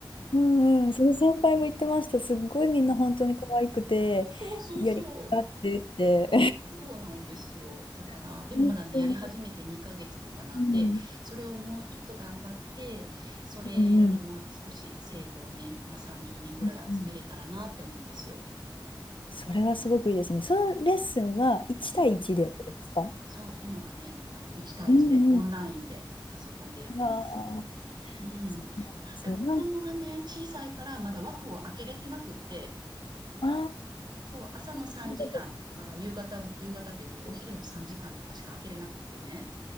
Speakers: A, on the left; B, on the right.
A: うんうん、その先輩も言ってました。すっごいみんな本当に可愛くて、
B: うん。そうそうそう。
A: やりがいがあってって。
B: そうなんですよ。だから、
A: <laughs>
B: でもまだね、
A: 本当に。
B: やり始めて2ヶ月とかなんで、
A: うん。
B: それをもうちょっと頑張って、それでもう少し生徒をね、
A: うんうん。
B: まあ、30人ぐらい集めれたらなって思うんですよ。
A: うんうんそれはすごくいいですね。そのレッスンは1対1でやったんですか
B: うんうん。そう、今はね、あの、1対1で、
A: うんう
B: オンラインで、パソコンでやってます。
A: ん。ああ、
B: うん。
A: そうなんですね。
B: だから子供がね、
A: なんか、
B: 小さいからまだ枠を開けれてなくって、
A: ああ、
B: そう、朝の3時間とか、
A: なるほど
B: 夕方、夕方って言ってもお昼の3時間とかしか開けれなくってね。